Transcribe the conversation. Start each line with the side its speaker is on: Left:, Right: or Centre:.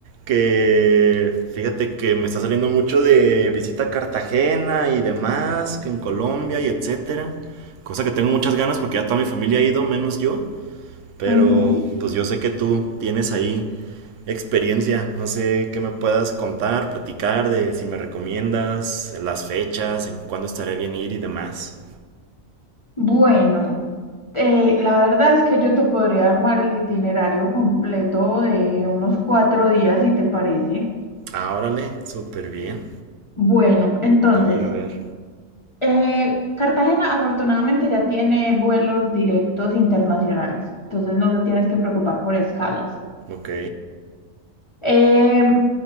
Right: que fíjate que me está saliendo mucho de visita a Cartagena y demás, que en Colombia y etcétera, cosa que tengo muchas ganas porque ya toda mi familia ha ido, menos yo, pero
Left: Ujú.
Right: pues yo sé que tú tienes ahí experiencia. No sé qué me puedas contar, platicar de si me recomiendas, las fechas, en cuándo estaría bien ir y demás.
Left: Bueno, eh, la verdad es que yo te podría armar el itinerario completo de unos cuatro días, si te parece.
Right: Ah, órale, súper bien.
Left: Bueno, entonces,
Right: A ver, a ver.
Left: eh, Cartagena afortunadamente ya tiene vuelos directos internacionales, entonces no te tienes que preocupar por escalas.
Right: Ok,
Left: Em,